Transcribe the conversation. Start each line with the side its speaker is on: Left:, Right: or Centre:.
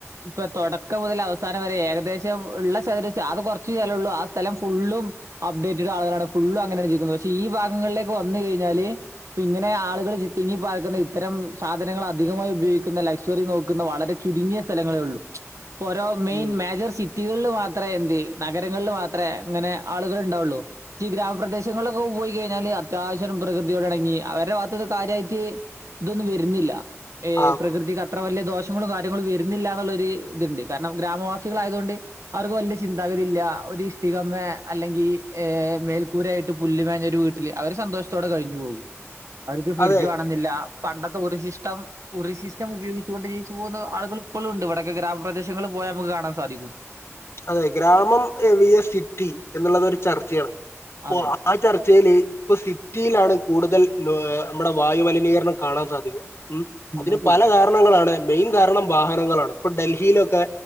Right: ഇപ്പൊ തൊടക്കം മുതൽ അവസാനം വരെ ഏകദേശം ഉള്ള ചതുര ആകെ കൊറച്ച് സ്ഥലള്ളൂ ആ സ്ഥലം ഫുള്ളും അപ്ഡേറ്റഡ് ആളുകളാണ് ഫുള്ള് അങ്ങനെണ് ജീവിക്കുന്നത് പക്ഷെ ഈ ഭാഗങ്ങളിലേക്ക് വന്ന് കയിഞ്ഞാല് ഇപ്പ ഇങ്ങനെ ആളുകൾ തിങ്ങി പാർക്കുന്നെ ഇത്തരം സാധനങ്ങൾ അധികമായി ഉപയോഗിക്കുന്ന ലക്ഷ്വറി നോക്കുന്ന വളരെ ചുരുങ്ങിയ സ്ഥലങ്ങളേ ഉള്ളു ഇപ്പൊരോ മെയിൻ
Left: ഉം
Right: മേജർ സീൻ സിറ്റികളിൽ മാത്രമേ എന്ത് നഗരങ്ങളില് മാത്രമേ അങ്ങനെ ആളുകൾ ഉണ്ടാവുള്ളു ഈ ഗ്രാമപ്രദേശങ്ങളിലൊക്കെ പോയി കഴിഞ്ഞാല് അത്യാവശ്യം പ്രകൃതിയോടിണങ്ങി അവരുടെ ഭാഗത്തുന്ന് കാര്യായിട്ട് ഇതൊന്നും വരുന്നില്ല ഏ
Left: ആ
Right: പ്രകൃതി ക അത്ര വലിയ ദോഷങ്ങളും കാര്യങ്ങളും വരുന്നില്ല എന്നുള്ളൊരു ഇതുണ്ട് കാരണം ഗ്രാമവാസികളായതുകൊണ്ട് അവർക്ക് വല്യ ചിന്താഗതി ഇല്ല ഒരു ഇഷ്ടികമ്മെ അല്ലെങ്കി ഏഹ് മേൽക്കൂരായിട്ട് പുല്ല് മേഞ്ഞൊരു വീട്ടില് അവര് സന്തോഷത്തോടെ കഴിഞ്ഞു പോകും അവർക്ക് ഫ്രിഡ്ജ്
Left: അതെ
Right: വാണംന്ന്ല്ല പണ്ടത്തെ ഉറി ശിഷ്ടം ഉറി സിസ്റ്റം ഉപയോഗിച്ചുകൊണ്ട് ജീവിച്ചു പോകുന്ന ആള്കള് ഇപ്പളുണ്ട് ഇവടൊക്കെ ഗ്രാമപദേശങ്ങളിൽ പോയാ അമ്മക്ക് കാണാൻ സാധിക്കും
Left: അതെ ഗ്രാമം വിയെസ് സിറ്റി എന്ന്ള്ളത് ഒര് ചർച്ചാണ് അപ്പൊ
Right: അതെ
Left: ആ ചർച്ചേല് ഇപ്പൊ സിറ്റിയിലാണ് കൂടുതൽ ഏഹ് അമ്മടെ വായുമലിനീകരണം കാണാൻ സാധിക്കുക ഉം അതിന്
Right: അത് ശരി
Left: പല കാരണങ്ങളാണ് മെയിൻ കാരണം വാഹനങ്ങളാണ് ഇപ്പൊ ഡൽഹിയിലൊക്കെ